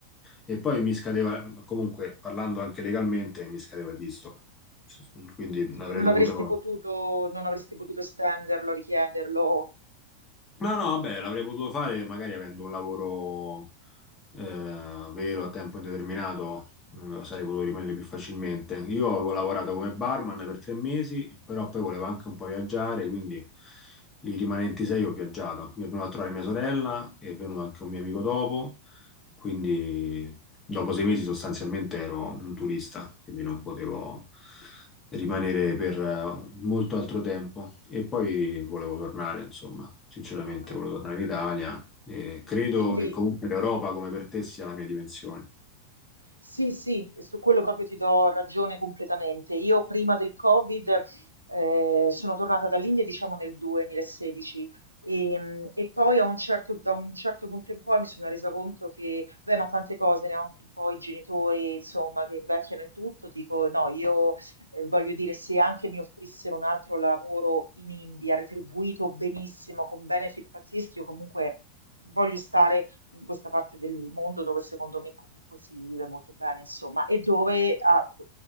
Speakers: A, on the left (about 20°); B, on the right (about 85°).
A: e poi mi scadeva, comunque parlando anche legalmente, mi scadeva il visto. Quindi avrei
B: E non
A: dovuto...
B: avresti potuto, non avresti potuto estenderlo, richiederlo.
A: No, no, vabbè, l'avrei potuto fare magari avendo un lavoro eh, vero a tempo indeterminato, mh, sarei potuto rimanere più facilmente. Io avevo lavorato come barman per tre mesi, però poi volevo anche un po' viaggiare, quindi i rimanenti sei ho viaggiato. Mi è venuta a trovare mia sorella, è venuto anche un mio amico dopo quindi dopo sei mesi sostanzialmente ero un turista, quindi non potevo rimanere per eh, molto altro tempo e poi volevo tornare, insomma, sinceramente
B: Ho capito.
A: volevo tornare in Italia e credo
B: Quindi
A: che comunque l'Europa come per te sia la mia dimensione.
B: Sì, sì, su quello proprio ti do ragione completamente. Io prima del Covid eh, sono tornata dall'India, diciamo nel 2016 e, mm, e poi a un certo, da un certo punto in poi mi sono resa conto che, beh, ma tante cose, ne ho anche un po' i genitori, insomma, che invecchiano e tutto, dico no, io eh, voglio dire, se anche mi offrissero un altro lavoro in India, retribuito benissimo, con benefit pazzeschi, io comunque voglio stare in questa parte del mondo dove secondo me comunque si vive molto bene, insomma, e dove a,